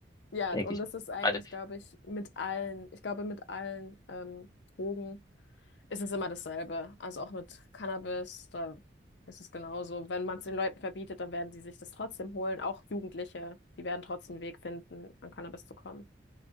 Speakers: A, on the left; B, on the left.
A: Ja,
B: denke
A: und
B: ich
A: das
B: mal.
A: ist eigentlich,
B: Warte.
A: glaube ich, mit allen, ich glaube, mit allen ähm, Drogen. Es ist immer dasselbe. Also auch mit Cannabis, da ist es genauso. Wenn man es den Leuten verbietet, dann werden sie sich das trotzdem holen. Auch Jugendliche, die werden trotzdem einen Weg finden, an Cannabis zu kommen.